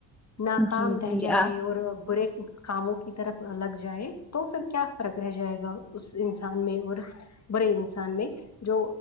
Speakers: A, on the left (about 35°); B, in the centre.
A: ناکام
B: جی
A: رہ
B: جی
A: جائے
B: آ
A: اور برے کاموں کی طرف لگ جائے تو پھر کیا فرق رہ جائے گا اس انسان میں اور برے انسان میں جو